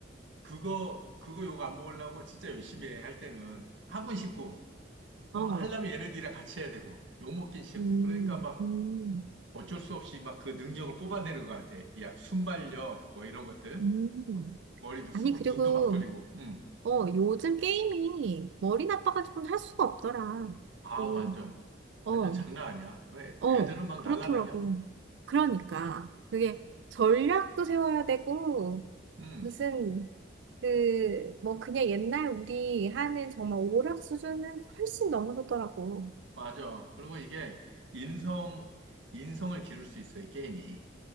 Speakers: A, on the right; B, on the right.
A: 그거, 그거 욕 안 먹으려고 진짜 열심히 해, 할 때는. 하고 싶고, 어,
B: 어,
A: 하려면 얘네들이랑 같이 해야 되고, 욕 먹긴 싫고.
B: 음,
A: 그러니까 막,
B: 음,
A: 어쩔 수 없이 막 그 능력을 뽑아내는 것 같아. 이 약 순발력 뭐 이런 것들.
B: 음.
A: 머리도 쓰고
B: 아니, 그리고,
A: 눈도 막 돌리고. 음.
B: 어, 요즘 게임이 머리 나빠가지고 할 수가 없더라.
A: 아,
B: 그,
A: 완전. 완전
B: 어,
A: 장난 아니야. 왜
B: 어,
A: 애- 애들은 막
B: 그렇더라고.
A: 날라다녀.
B: 그러니까. 그게 전략도 세워야 되고,
A: 음.
B: 무슨 그, 뭐, 그냥 옛날 우리 하는 정말 오락 수준은 훨씬 넘어섰더라고.
A: 맞아. 그리고 이게 인성 인성을 기를 수 있어, 이 게임이.